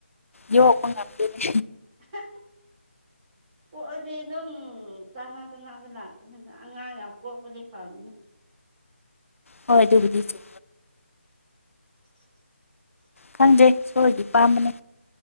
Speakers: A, on the left (about 85°); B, on the right (about 15°).
A: ꯌꯣꯛꯄ ꯉꯝꯗꯦꯅꯦ
B: ꯍ ꯄꯣꯛꯑꯗꯤ ꯑꯗꯨꯝ ꯆꯥꯅ ꯆꯅꯕ ꯂꯥꯛꯀꯅꯤꯗ ꯑꯉꯥꯡ ꯌꯥꯝ ꯄꯣꯛꯄꯗꯤ ꯐꯕꯅꯦ <unintelligible>
A: ꯍꯣꯏ ꯑꯗꯨꯕꯨꯗꯤ ꯆ
B: <unintelligible>
A: ꯈꯪꯗꯩ ꯁꯣꯔꯗꯤ ꯄꯥꯝꯕꯅꯦ